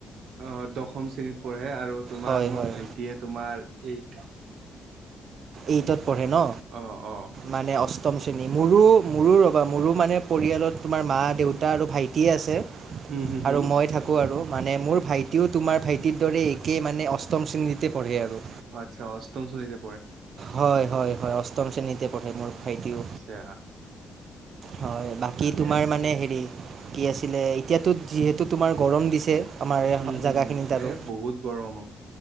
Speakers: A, on the right; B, on the right.
A: অ দশম শ্ৰেণীত পঢ়ে আৰু তোমাৰ
B: হয়
A: মোৰ
B: হয়
A: ভাইটিয়ে তোমাৰ এই
B: এইটত পঢ়ে ন
A: অ অ
B: মানে অষ্টম মোৰো মোৰো ৰ'বা মোৰো মানে পৰিয়ালত তোমাৰ মা দেউতা আৰু ভাইটিয়ে আছে
A: হুম হুম হুম
B: আৰু মই থাকোঁ আৰু মানে মোৰ ভাইটিও তোমাৰ ভাইটিৰ দৰে একেই মানে অষ্টম শ্ৰেণীতে পঢ়ে আৰু
A: আচ্ছা অষ্টম শলীতে
B: হয় হয় হয় অষ্টম শ্ৰেণীতে পঢ়ে মোৰ ভাইটিও
A: আচ্ছা
B: হয় বাকী
A: ভালে
B: তোমাৰ
A: আছে
B: মানে
A: দিয়া
B: হেৰি কি আছিলে এতিয়াতো যিহেতু তোমাৰ গৰম দিছে আমাৰ
A: হুম
B: জেগাখিনিত
A: হুম
B: আৰু
A: এ বহুত গৰম